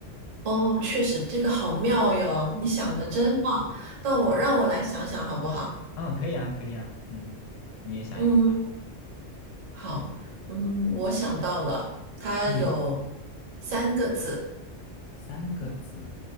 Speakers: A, on the right; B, on the left.
A: 哦，确实，这个好妙哟，你想的真棒。
B: 嗯
A: 那我让我来想想好不好？
B: 嗯，啊，可以啊，可以啊，嗯，你也想一个吧。
A: 嗯。好，嗯，我想到了，它有
B: 嗯，
A: 三个字，
B: 三个字